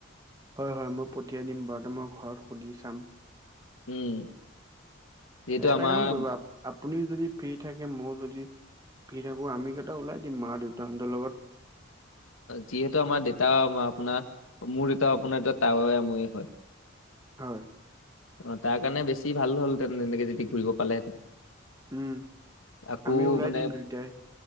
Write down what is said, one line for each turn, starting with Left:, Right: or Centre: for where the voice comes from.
Right: হয়, হয়। মই পঠিয়াই দিম বাৰু। মই ঘৰত সুধি চাম।
Left: উম। যিহেতু
Right: এটা
Left: আমাৰ
Right: কাম কৰিব আপুনিও যদি ফ্ৰী থাকে, মই যদি ফি থাকো আমি কেইটা ওলাই দিম মা দেউতাহঁতৰ লগত।
Left: যিহেতু আমাৰ দেতা আপোনাৰ মোৰ দেতাও আপোনাৰ এতিয়া তাৱৈ আমৈ হয়।
Right: হয়।
Left: অ, তাৰ কাৰণে বেছি ভাল হলহেঁতেন তেনেকে যদি ঘূৰিব পালেহেঁতেন।
Right: উম,
Left: আকৌ
Right: আমিও ওলাই
Left: মানে
Right: দিম দুইটাই।